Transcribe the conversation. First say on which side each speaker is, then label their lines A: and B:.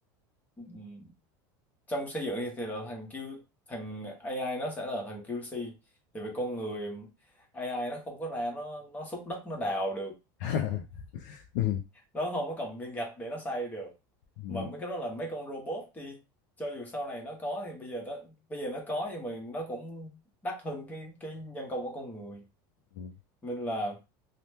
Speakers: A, on the left; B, on the left.
A: ừm, trong xây dựng thì thì là thằng Q thằng AI nó sẽ là thằng QC thì về con người AI nó không có ra nó nó xúc đất nó đào được
B: <laughs> Ừ,
A: nó không có cầm viên gạch để nó xây được
B: ừ,
A: mà mấy cái đó là mấy con robot thì cho dù sau này nó có thì bây giờ nó bây giờ nó có nhưng mà nó cũng đắt hơn cái cái nhân công của con người
B: ừ.
A: nên là